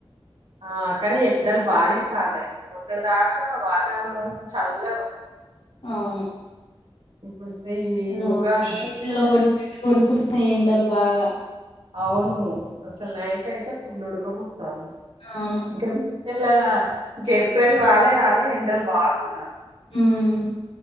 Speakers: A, on the right (about 75°); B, on the left (about 80°).
A: ఆ కానీ ఎండలు బానే స్టార్ట్ అయినయ్ మొన్నటి దాకా వాతావరణం అంత చల్లగా ఉండే
B: అవును
A: ఇప్పుడు స- ఈ
B: హాలో
A: ఉగాది
B: మే నెల్లో
A: నుండి
B: కొట్టినట్టు
A: అయితే-
B: కొడు నయి ఎండలు బాగా
A: అవును అసలు నైట్ అయితే ఫుల్ ఉడకపో స్తాంది
B: అవును
A: ఇంక పిల్లల ఇంక ఏప్రిల్ రాలే రాలే ఎండలు బాగకొడతన్నాయ్
B: ఉమ్